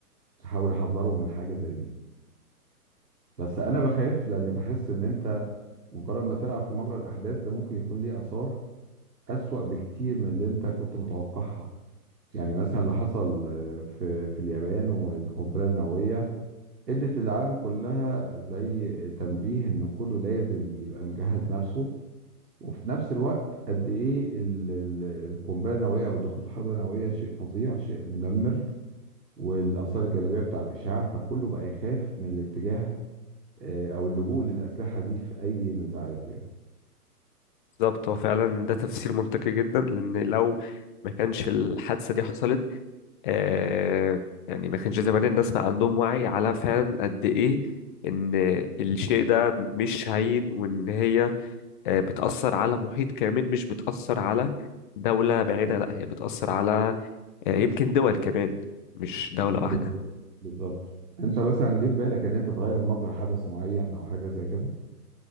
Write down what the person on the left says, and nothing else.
بالظبط هو فعلا ده تفسير منطقي جدا لأن لو ما كانش الحادثة دي حصلت آه يعني ما كانش زمان الناس ما عندهم وعي على فعلا قد ايه ان الشيء ده مش هين وان هي آه، بتأثر على محيط كامل مش بتأثر على دولة بعيدة لا هي بتأثر على آه، يمكن دول كمان مش دولة
واحدة